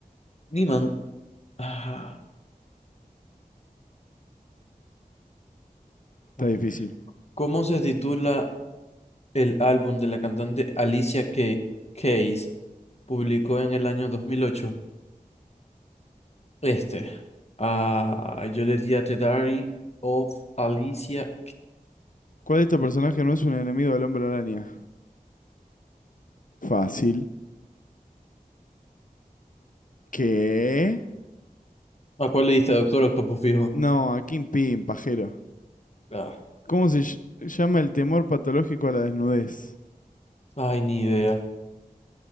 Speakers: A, on the left; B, on the left.
A: Niman. Ah,
B: Está
A: ah.
B: difícil.
A: ¿Cómo se titula el álbum de la cantante Alicia Ke- Keys? Publicó en el año 2008? Este. Ah, yo le di a The Diary of Alicia.
B: ¿Cuál de estos personajes no es un enemigo del hombre araña? Fácil. ¿Qué?
A: ¿A cuál le diste, doctor Octopus fijo?
B: No, a Kim Pim, pajero.
A: Ah,
B: ¿Cómo se llama el temor patológico a la desnudez?
A: ay, ni idea.